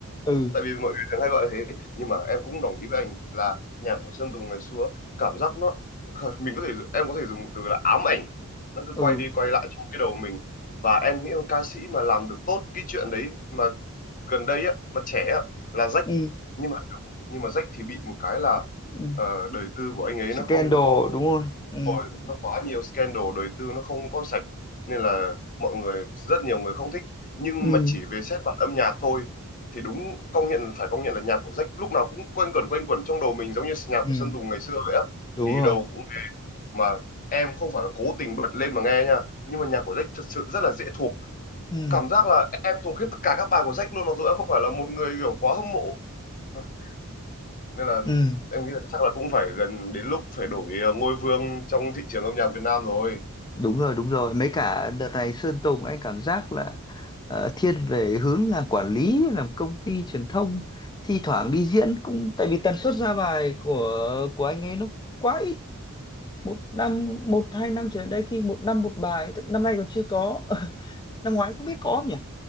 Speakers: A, on the left; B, on the left.
A: ừ
B: tại vì mọi người thường hay gọi là thế nhưng mà em cũng đồng ý với anh là nhạc của Sơn Tùng ngày xưa cảm giác nó <laughs> mình có thể dụ- em có thể dùng một từ là ám ảnh nó cứ
A: ừ
B: quay đi quay lại trong cái đầu mình và em nghĩ ca sĩ mà làm được tốt cái chuyện đấy mà gần đây á mà trẻ á là Jack
A: ừ,
B: nhưng mà nhưng mà Jack thì bị một cái là
A: ừ.
B: ờ, đời tư của anh ấy
A: Scandal
B: nó không có
A: đúng không ừ
B: rồi nó quá nhiều scandal đời tư nó không có sạch nên là mọi người rất nhiều người không thích nhưng
A: ừ
B: mà chỉ về xét mặt âm nhạc thôi thì đúng công nhận phải công nhận là nhạc của Jack lúc nào cũng quanh quẩn quanh quẩn trong đầu mình giống như nhạc
A: ừ
B: của Sơn Tùng ngày xưa vậy á
A: đúng
B: đi
A: rồi
B: đâu cũng mà em không phải là cố tình bật lên mà nghe nha nhưng mà nhạc của Jack thật sự rất là dễ thuộc
A: ừ
B: cảm giác là em thuộc hết tất cả các bài của Jack luôn mặc dù em không phải là một người kiểu quá hâm mộ <laughs> nên là
A: ừ
B: em nghĩ là chắc là cũng phải gần đến lúc phải đổi ờ, ngôi vương trong thị trường âm nhạc Việt Nam rồi
A: đúng rồi đúng rồi mấy cả đợt này Sơn Tùng anh cảm giác là ờ, thiên về hướng làm quản lý làm công ty truyền thông thi thoảng đi diễn cũng tại vì tần suất ra bài của của anh ấy nó quá ít một năm một hai năm trở lại đây khi một năm một bài thật- năm nay còn chưa có <laughs> năm ngoái không biết có không nhỉ